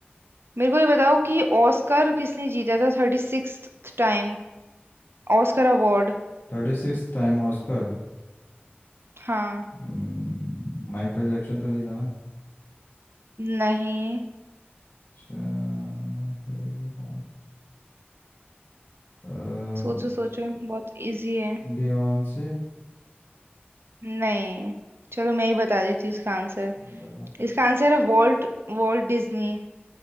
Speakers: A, on the right (about 70°); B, on the left (about 60°).
A: मेरे को ये बताओ कि ऑस्कर किसने जीता था thirty sixth time Oscar award
B: Thirty six time Oscar
A: हाँ
B: हम्म, Michael Jackson तो नहीं था ना
A: नहीं
B: अच्छा, फिर कौन अ,
A: सोचो सोचो बहुत इजी है
B: बियॉन्से
A: नहीं चलो मैं ही बता देती हूँ इसका आंसर
B: बता
A: इसका आंसर है Walt Walt Disney